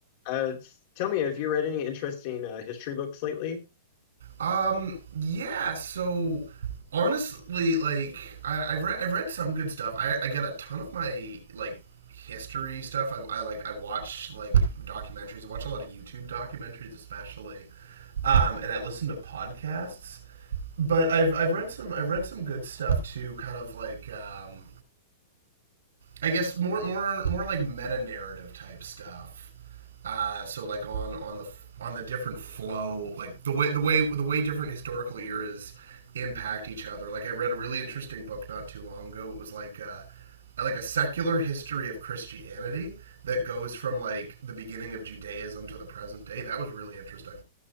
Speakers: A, on the left (about 40°); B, on the right (about 80°).
A: Uh, s- tell me, have you read any interesting uh, history books lately?
B: Um, yeah. So honestly, like I, I've read I've read some good stuff. I, I get a ton of my like history stuff. I, I like I watch like documentaries. I watch a lot of YouTube documentaries, especially, um, and I listen to podcasts. But I've I've read some I've read some good stuff too. Kind of like um, I guess more more more like meta narrative type stuff. Uh, so like on on the on the different flow, like the way the way the way different historical eras impact each other. Like I read a really interesting book not too long ago. It was like uh, like a secular history of Christianity that goes from like the beginning of Judaism to the present day. That was really interesting.